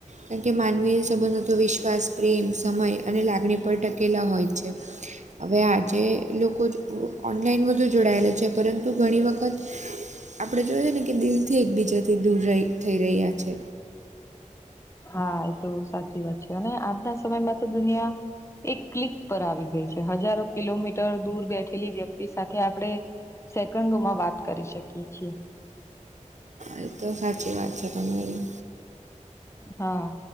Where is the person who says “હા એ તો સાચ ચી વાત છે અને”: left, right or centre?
Left